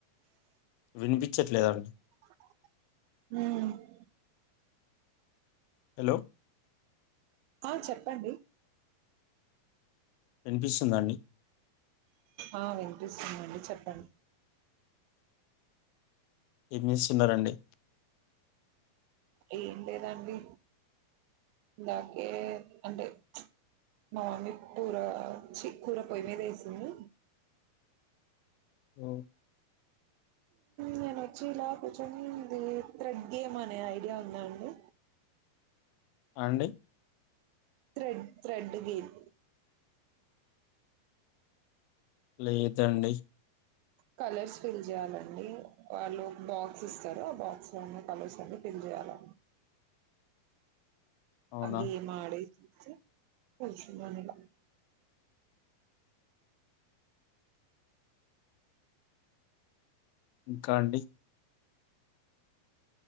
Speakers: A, on the left; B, on the right.
A: వినిపించట్లేదా
B: ఉహు
A: హలో
B: ఆ చెప్పండి
A: వినిపిస్తుందా అండి
B: ఆ వినిపిస్తుంది అండి చెప్పండి
A: ఏం చేస్తున్నారండి
B: ఏం లేదండి ఇందాకే అంటే మా మమ్మీ కూర చి కూర పొయ్యి మీద వేసింది
A: ఓ,
B: నేను వచ్చి ఇలా కూర్చొని ఇది థ్రెడ్ థెర్డ్ గేమ్ అనే ఐడియా ఉంద అండి
A: అండి
B: త్రెడ్ త్రెడ్ గేమ్
A: లేదండి
B: కలర్స్ ఫిల్ చేయాలండి వాళ్ళు బాక్స్ ఇస్తారు ఆ బాక్స్ లో ఉన్న కలర్స్ అన్ని ఫిల్ చేయాల
A: అవునా
B: ఆ గేమ్ ఆడే అయితే కూర్చున్నాను ఇలా
A: ఇంకా అండి